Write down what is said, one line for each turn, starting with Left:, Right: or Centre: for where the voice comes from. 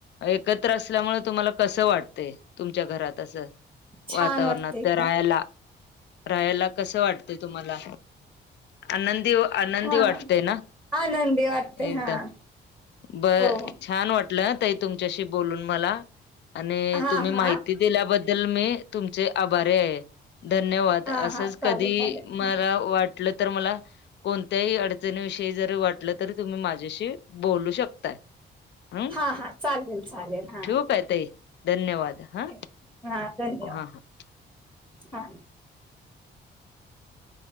Left: एकत्र असल्यामुळे तुम्हाला कसं वाटतंय, तुमच्या घरात असं.
Centre: छान
Left: वातावरणात
Centre: वाटते एकदम
Left: त्या राहायला, राहायला कस वाटते तुम्हाला? आनंदी व आनंदी
Centre: हा
Left: वाटते ना?
Centre: आनंदी वाटते
Left: एकदा
Centre: हा
Left: ब!
Centre: हो हो
Left: छान वाटलं ताई तुमच्याशी बोलून मला, आणि
Centre: हा
Left: तुम्ही
Centre: हा
Left: माहिती दिल्याबद्दल मी तुमचे आभारी आहे. धन्यवाद,
Centre: हा
Left: असंच
Centre: हा चालेल
Left: कधी
Centre: चालेल हा
Left: मला वाट वाटल तर मला कोणत्याही अडचणीविषयी जरी वाटलं तरी तुम्ही माझ्याशी बोलू शकता. हम,
Centre: हा हा चालेल चालेल हा
Left: ठेवू काय ताई? धन्यवाद हा.
Centre: हा धन्यवाद
Left: हा हा.
Centre: हा.